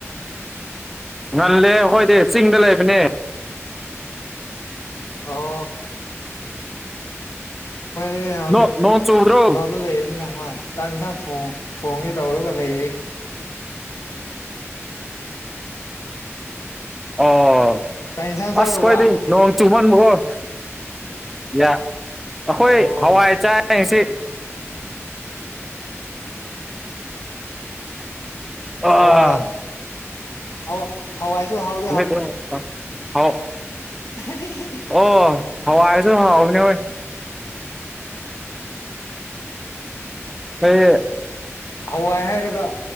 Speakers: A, in the centre; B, on the left.
A: ꯉꯜꯂꯦ ꯑꯈꯣꯏꯗꯤ ꯆꯤꯡꯗ ꯂꯩꯕꯅꯦ꯫
B: ꯑꯣ ꯑꯩꯈꯣꯏꯗꯤ ꯍꯧꯖꯤꯛ
A: ꯅꯣ ꯅꯣꯡ ꯆꯨꯕ꯭ꯔꯣ
B: <unintelligible> ꯂꯩꯔꯦꯅ‌ ꯍꯥꯏ ꯆꯥꯛ ꯏꯟꯁꯥꯡ ꯊꯣꯡ ꯊꯣꯡꯒꯦ ꯇꯧꯔꯒ ꯂꯩꯔꯤ
A: ꯑꯣ
B: ꯀꯩ ꯏꯟꯁꯥꯡ ꯆꯥꯔꯨꯕ
A: ꯑꯁ ꯈꯣꯏꯗꯤ ꯅꯣꯡ ꯆꯨꯝꯃꯟꯕꯑꯣ ꯌꯥ ꯑꯩꯈꯣꯏ
B: ꯑꯣ
A: ꯍꯋꯥꯏ ꯆꯥꯏ ꯉꯁꯤ ꯑꯥ
B: ꯍꯋꯥꯏ ꯑꯋꯥ ꯍꯋꯥꯏꯁꯨ ꯍꯥꯎ
A: <unintelligible>
B: <inaudible>
A: ꯑꯣ ꯍꯋꯥꯏꯁꯨ ꯍꯥꯎꯕꯅꯦ ꯍꯣꯏ ꯑꯩ
B: ꯍꯋꯥꯏ ꯍꯥꯏꯔꯒ